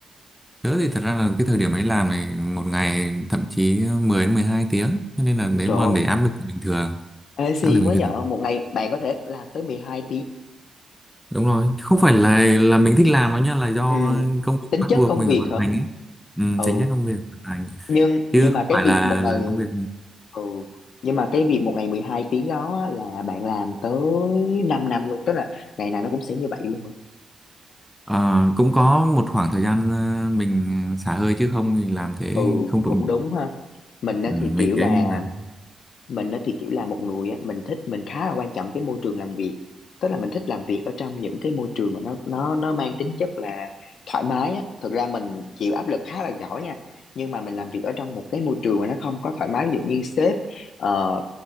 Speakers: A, in the centre; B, on the left (about 70°).
A: tớ thì thật ra là cái thời điểm ấy làm này một ngày thậm chí 10 đến 12 tiếng cho nên là nếu
B: Trời
A: mà
B: ơi,
A: để áp lực thì bình thường
B: ê, si
A: áp lực bình
B: mới
A: thường
B: giỏi, một ngày bạn có thể làm tới 12
A: đúng rồi không phải là là mình thích làm nó nha là do
B: ừ.
A: công việc
B: tính
A: bắt
B: chất
A: buộc
B: công
A: mình
B: việc
A: phải hoàn
B: hả
A: thành ấy ừ,
B: ừ
A: tính chất công việc hoàn thành
B: nhưng nhưng
A: chứ không
B: mà cái
A: phải là
B: việc một
A: là
B: ngày
A: công việc
B: ừ nhưng mà cái việc một ngày 12 tiếng đó á, là bạn làm tới 5 năm luôn tức là ngày nào nó cũng sẽ như vậy luôn hả
A: Ờ, cũng có một khoảng thời gian ờ, mình xả hơi chứ không thì làm thế
B: ừ
A: không trụ
B: cũng đúng ha mình á
A: Ừ,
B: thì
A: mình
B: kiểu
A: thấy
B: là
A: là đúng
B: mình á thì kiểu là một người á mình thích mình khá là quan trọng cái môi trường làm việc tức là mình thích làm việc ở trong những cái môi trường mà nó nó nó mang tính chất là thoải mái á thực ra mình chịu áp lực khá là giỏi nha nhưng mà mình làm việc ở trong một cái môi trường mà nó không có thoải mái ví dụ như sếp ờ,